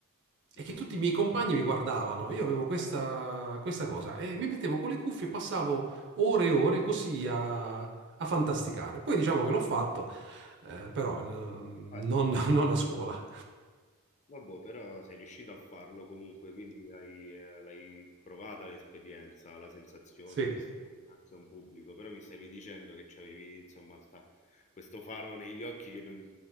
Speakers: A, on the right (about 55°); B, on the left (about 30°).
A: E
B: mm,
A: che
B: mm.
A: tutti i miei compagni mi guardavano, io avevo questa, questa cosa e mi mettevo con le cuffie e passavo ore e ore così a, a fantasticare. Poi diciamo che l'ho fatto, eh, però n-
B: Infatti,
A: non,
B: no?
A: non a scuola.
B: Vabbè, però sei riuscito a farlo comunque, quindi hai, eh, l'hai provata l'esperienza, la sensazione
A: Sì,
B: di stare dinanzi a un pubblico, però mi stavi dicendo che c'avevi, insomma, sta- questo faro negli occhi che non-